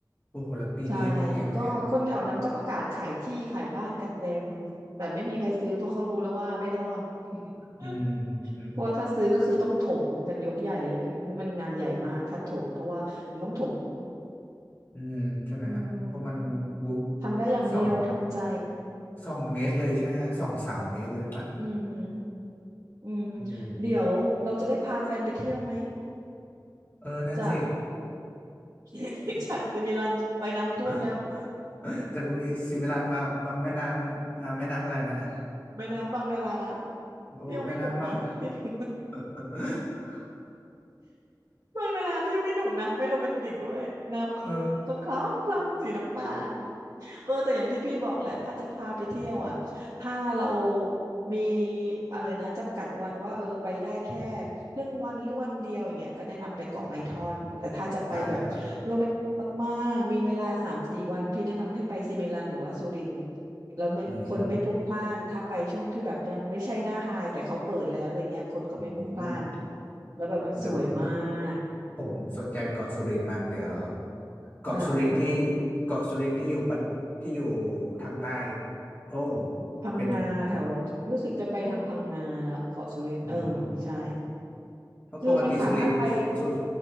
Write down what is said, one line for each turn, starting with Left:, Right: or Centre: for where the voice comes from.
Left: โอ้โหแล้วปีนี้เป็นยังไงครับเนี่ย
Right: ใช่ก็คนแถวนั้นก็ประกาศขายที่ขายบ้านกันเต็มแต่ไม่มีใครซื้อเพราะเขารู้แล้วว่าไม่รอด <laughs>
Left: อืมอืม
Right: เพราะว่าถ้าซื้อก็คือต้องถมกันยกใหญ่เลยมันงานใหญ่มากถ้าถมเพราะว่ามันต้อง
Left: อืมใช่ไหมฮะเพราะมันอู้
Right: อืม ทำได้อย่างเดียวทำใจ
Left: สอง สองเมตรเลยใช่ไหมฮะสองสามเมตรเลยปะ
Right: อืมฮึอืมฮึเดี๋ยวเราจะได้พาแฟนไปเที่ยวไหม
Left: โอ้โหเออนั่นสิ
Right: จาก <laughs> จากจะมีรันไปน้ำท่วมแล้ว
Left: <laughs> จากมีซิมิลันมามาแม่น้ำน้ำแม่น้ำอะไรนะฮะ
Right: แม่น้ำบางนารา
Left: โอ้แม่น้ำบัง
Right: เที่ยวไม่หนุกนะ <laughs>
Left: <laughs>
Right: บางนาราเที่ยวไม่หนุกนะไม่โรแมนติกด้วยน้ำก็คล้ำคล้ำสีน้ำตาล
Left: เออ
Right: เออแต่อย่างที่พี่บอกแหละถ้าจะพาไปเที่ยวอ่ะถ้าเรามีอะไรนะจำกัดวันว่าเออไปได้แค่ครึ่งวันหรือวันเดียวอย่างเงี้ยก็แนะนำไปเกาะไม้ท่อนแต่ถ้าจะไปแบบโรแมนติกมากๆมีเวลาสามสี่วันพี่แนะนำให้ไปซิมิลันหรือว่าสุรินทร์
Left: ได้เลยครับ
Right: แล้วไม่คนไม่พลุกพล่านถ้าไปช่วงที่แบบยังไม่ใช่หน้าไฮแต่เขาเปิดแล้วอะไรเงี้ยคนก็ไม่พลุกพล่าน
Left: อืมอืม
Right: แล้วแบบมันสวยมาก
Left: เดี๋ยวผมสนใจเกาะสุรินทร์มากเดี๋ยว เกาะสุรินทร์ที่
Right: อ่าฮะ
Left: เกาะสุรินทร์ที่อยู่ปัตที่อยู่ทางใต้โอ้
Right: พังงาแถวรู้สึกจะไปทางพังงาแล้วเกาะสุรินทร์เออใช่
Left: เป็นอืมเพราะปกติสุรินทร์สุ
Right: คือมันสามารถไป